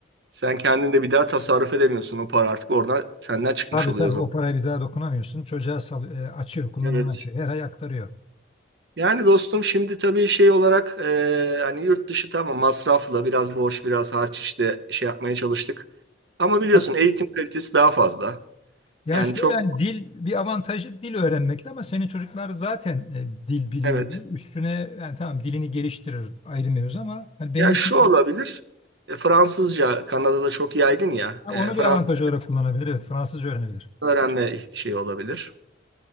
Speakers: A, on the right; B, on the left.
A: Sen kendin de bir daha tasarruf edemiyorsun. O para artık oradan senden çıkmış
B: Tabii
A: oluyor
B: tabii
A: o zaman.
B: o parayı bir daha dokunamıyorsun. Çocuğa sal, e, açıyor, kullanımını
A: Evet.
B: açıyor. Her ay aktarıyor.
A: Yani dostum şimdi tabii şey olarak e, hani yurt dışı tamam masraflı biraz borç biraz harç işte şey yapmaya çalıştık. Ama biliyorsun
B: Ama
A: eğitim kalitesi daha fazla.
B: Yani
A: Yani
B: şöyle
A: çok
B: hani dil bir avantajı dil öğrenmekte ama senin çocuklar zaten e, dil biliyor.
A: evet.
B: Üstüne yani tamam dilini geliştirir ayrı mevzu ama hani benimki
A: Ya şu olabilir. e, Fransızca Kanada'da çok yaygın ya.
B: ha,
A: E,
B: onu
A: Fransızca
B: bir avantaj olarak kullanabilir. Evet Fransızca öğrenebilir.
A: öğrenme şey olabilir.